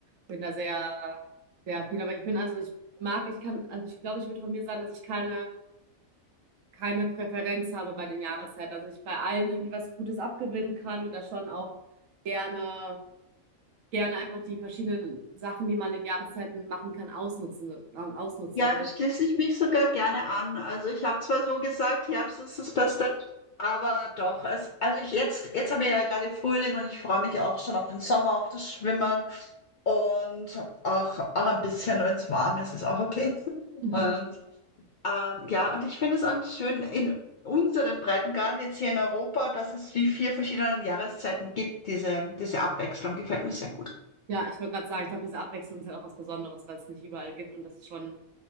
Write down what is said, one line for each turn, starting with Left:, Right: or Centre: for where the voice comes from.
Right: bin da sehr, sehr viel. Aber ich bin, also ich mag, ich kann, also ich glaube, ich würde von mir sagen, dass ich keine, keine Präferenz habe bei den Jahreszeiten. Also ich bei allen irgendwie was Gutes abgewinnen kann und da schon auch gerne, gerne einfach die verschiedenen Sachen, die man in den Jahreszeiten machen kann, ausnutzen, äh, ausnutze.
Left: Ja,
Right: Also das,
Left: da schließe ich mich sogar gerne an. Also ich habe zwar so gesagt, Herbst ist das Beste, aber doch, es, also ich jetzt, jetzt haben wir ja gerade Frühling und ich freue mich auch schon auf den Sommer, auf das Schwimmen und auch, auch ein bisschen, wenn es warm ist, ist auch okay.
Right: <laughs>
Left: Und ähm, ja, und ich finde es auch schön in unserem Breitengraden jetzt hier in Europa, dass es die vier verschiedenen Jahreszeiten gibt. Diese, diese Abwechslung gefällt mir sehr gut.
Right: ja, ich wollte gerade sagen, ich glaube, diese Abwechslung ist halt auch was Besonderes, was es nicht überall gibt und das ist schon, ich